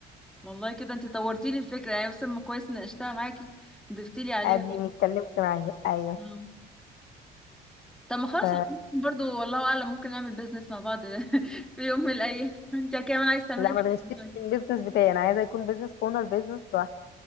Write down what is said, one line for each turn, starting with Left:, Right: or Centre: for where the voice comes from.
Centre: والله كده انت طورتي لي الفكره يعني بس ما كويس ناقشتها معاكي ضفتي لي عليها
Left: اديني اتكلمت معايا ايوه
Centre: مم. طب ما خلاص
Left: ف...
Centre: احنا ممكن برضو والله اعلم ممكن نعمل بيزنس مع بعض <laughs> في يوم من الايام انت كمان عايز تعملي
Left: لا ما
Centre: حاجه
Left: تغشيش في البيزنس بتاعي انا عايزه يكون بيزنس اونر بيزنس لوحدي